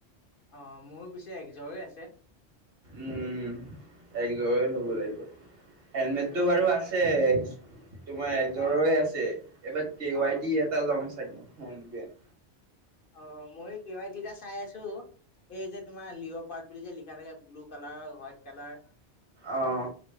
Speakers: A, on the left (about 55°); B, on the right (about 55°).
A: অঁ মোৰো পিছে একযৰে আছে
B: উম একজ লব
A: উম
B: লাগিব। হেলমেটটো
A: উম
B: বাৰু আছে তোমাৰ এযোৰৰে
A: অ
B: আছে এইবাৰ কে
A: অ
B: ৱাই টি এটা লম চাগে হেণ্ড বেগ
A: অ ময়ো কে ৱাই এদি দাছ চাই আছো এই যে তোমাৰ লিঅ' পাৰ্ট বুলি যে লিখা থাকে ব্লু কালাৰ হোৱাইট কালাৰ
B: আহঁ